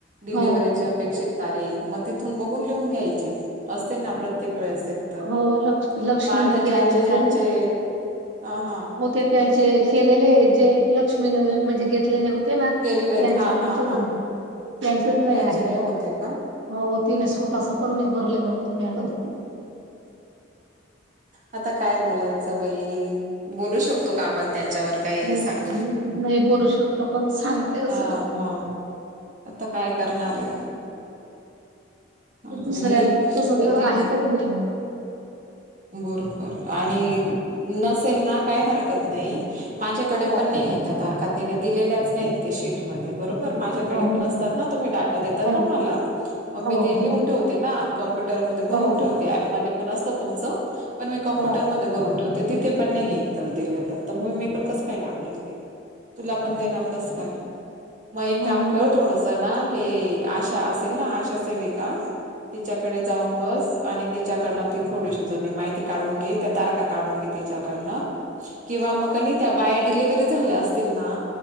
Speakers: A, on the right (about 40°); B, on the right (about 70°).
A: डिलिव्हरीची
B: हो
A: अपेक्षित तारीख मग तिथून बघून लिहून घ्यायची असते ना प्रत्येक वेळेस एक तर
B: हो लक्ष लक्ष्मीने
A: मग आता
B: केलेले
A: ज्यांचे
B: होते
A: ज्यांचे
B: ना
A: अ हां
B: होते त्यांचे केलेले जे लक्ष्मीने म्हणजे घेतलेले होते ते ना
A: केलेत
B: त्यांची
A: हा
B: नाज
A: हा हा
B: त्यांचेच नाही
A: त्यांचे
B: आहे
A: होते का?
B: हो तिने स्वतःच पण नाही भरलेलं होतं मॅडम
A: आता काय बोलायचं बाई बोलू शकतो का पण त्याच्यावर काही
B: नाही
A: सांग
B: नाही बोलू शकत पण सांगते असं
A: ह मग आता काय करणार आहे आणि
B: दुसऱ्या तस आहेच्यामध्ये
A: ठीक आहे बरोबर आणि नसेल ना काय हरकत नाही माझ्याकडे
B: हो
A: पण नाही येत्या तारखातीने दिलेल्याच नाहीत ते शीटमध्ये बरोबर माझ्याकडे
B: हो हो
A: पण असतात ना तुम्ही डाटा देतात
B: हो हो हो
A: ना मला मग मी
B: हो
A: ते
B: हो
A: लिहून ठेवते ना कम्प्युटरमध्ये भरून
B: हो
A: ठेवते ऍपमध्येध्ये पण असतात च प म कप्युटर
B: हो
A: भरून ठेवते तिथे पण नाही तर दिलेलं तर मग मी पण कसं काय टाकणार ते तुला पण देणार कसं काय मग एक
B: हो
A: काम कर
B: हो
A: थोडस ना हे आशा असेल ना आशा सेविक का तिच्याकडे जाऊन बस आणि तिच्याकडन त थोडीशी जु माहिती काढून घे त्या तार काढून घे त्याच्याकडन किंवा मग कण त्या बाया डिलिव्हरी झाल्या असतील ना